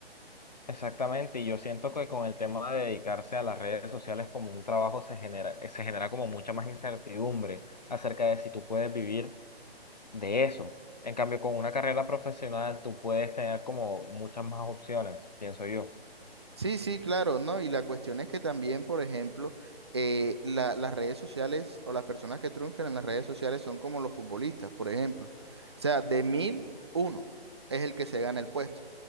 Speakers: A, on the left; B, on the right.
A: Exactamente, y yo siento que con el tema de dedicarse a las redes sociales como un trabajo se genera, se genera como mucha más incertidumbre acerca de si tú puedes vivir de eso. En cambio, con una carrera profesional tú puedes tener como muchas más opciones, pienso yo.
B: Sí, sí, claro, ¿no? Y la cuestión es que también, por ejemplo, eh, la- las redes sociales o las personas que triunfan en las redes sociales son como los futbolistas, por ejemplo. O sea, de mil, uno es el que se gana el puesto.